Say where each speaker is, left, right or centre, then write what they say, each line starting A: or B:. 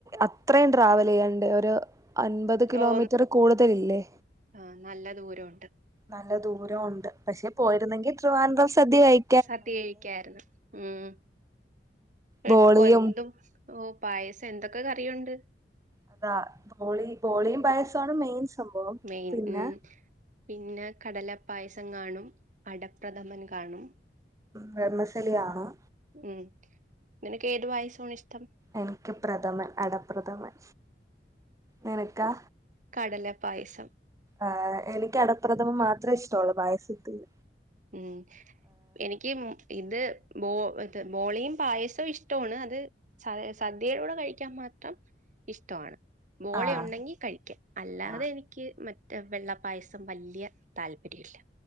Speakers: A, on the right (about 20°); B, on the right (about 45°).
A: അത്രയും ട്രാവൽ ചെയ്യണ്ടേ ഒരു അൻപത് കിലോമീറ്ററ്
B: ഓ
A: കൂടുതലില്ലേ
B: ആഹ് നല്ല ദൂരമുണ്ട്
A: നല്ല ദൂരം ഉണ്ട് പക്ഷെ പോയിരുന്നെങ്കിൽ ട്രിവാൻഡ്രം സദ്യ കഴി
B: സദ്യ കഴിക്കായിരുന്നു ഉം എന്ത്‌
A: ബോളിയും
B: കൊണ്ടും ഓ പായസം എന്തൊക്കെ കറിയുണ്ട്
A: അതാ ബോളി ബോളിയും പായസവുമാണ് മെയിൻ സംഭവം
B: മെയിൻ
A: പിന്നെ
B: ഉം പിന്നെ കടലപ്പായസം കാണും അടപ്രഥമൻ കാണും
A: വെർമസേലി കാണും
B: ഉം നിനക്ക് ഏത് പായസമാണ് ഇഷ്ടം
A: എനിക്ക് പ്രഥമൻ അടപ്രഥമൻ നിനക്കാ
B: കടലപായസം
A: ആ എനിക്ക് അടപ്രഥമം മാത്രേ ഇഷ്ട്ടൊള്ളൂ പായസത്തില്
B: ഉം എനി ക്കും ഇത് ബോ മറ്റെ ബോളിയും പായസവും ഇഷ്ടമാണ് അത് സ സദ്യയുടെ കൂടെ കഴിക്കാൻ മാത്രം ഇഷ്ടമാണ് ബോളി
A: ആഹ്
B: ഉണ്ടെങ്കി കഴിക്കും അല്ലാതെ
A: ആഹ്
B: എനിക്ക് മറ്റേ വെള്ളപ്പായസം വല്യ താല്പര്യമില്ല